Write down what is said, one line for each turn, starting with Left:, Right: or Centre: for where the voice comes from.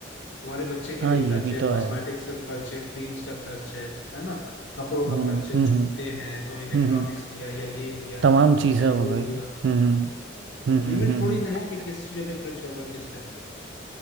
Left: तुम्हारे बच्चे के
Right: हाँ
Left: लिए
Right: ये
Left: खर्च
Right: भी
Left: है
Right: तो
Left: कॉस्मेटिक्स
Right: है
Left: का खर्च है क्रीम्स का खर्च है है ना कपड़ों का
Right: हम्म
Left: खर्च
Right: हम्म
Left: है
Right: हम्म
Left: जूते
Right: हम्म,
Left: हैं तो इलेक्ट्रॉनिक्स
Right: हम्म,
Left: लिया या ये लिया
Right: तमाम चीज़ें
Left: या
Right: हो
Left: वो
Right: गई
Left: लिया
Right: हम्म हम्म
Left: लिमिट
Right: हम्म हम्म
Left: थोड़ी
Right: हम्म हम्म।
Left: ना है कि किस चीजों पे खर्च होगा किस पे नहीं